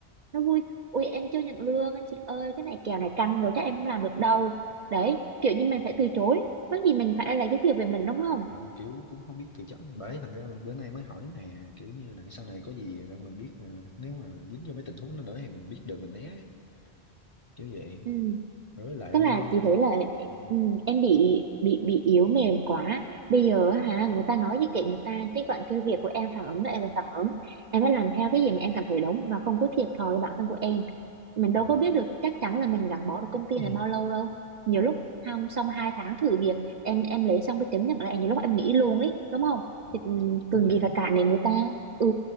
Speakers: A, on the right (about 55°); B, on the left (about 35°).
A: nó vui ui em chưa nhận lương anh chị ơi cái này kèo này căng rồi chắc em không làm được đâu đấy kiểu như mình phải
B: Ừ.
A: từ chối mắc gì mình phải lấy cái thiệu về mình đúng không
B: Mà kiểu cũng không biết từ chối bởi thành ra mình bữa nay mới hỏi nè kiểu như đằng sau này có gì nên mình biết à, nếu mà dính vô mấy tình huống đó nữa thì mình biết được mình né ấy. kiểu vậy
A: ừ
B: rồi với lại
A: tức
B: lương
A: là chị thấy là
B: ừ.
A: ừ, em bị bị bị yếu mềm quá bây giờ á hả người ta nói gì kệ người ta cái vận cái việc của em phản ứng là em phải phản ứng em phải làm theo cái gì mà em cảm thấy đúng và không có thiệt thòi với bản thân của em mình đâu
B: Ừ.
A: có biết được chắc chắn là mình gắn bó được công
B: <coughs>
A: ty này bao lâu đâu nhiều lúc không xong hai tháng thử việc em em lấy xong cái chứng nhận lại nhiều lúc em nghỉ luôn ấy đúng không
B: Ừ,
A: thì ừ,
B: cũng có
A: cần
B: thể
A: gì phải cản đến người ta ừ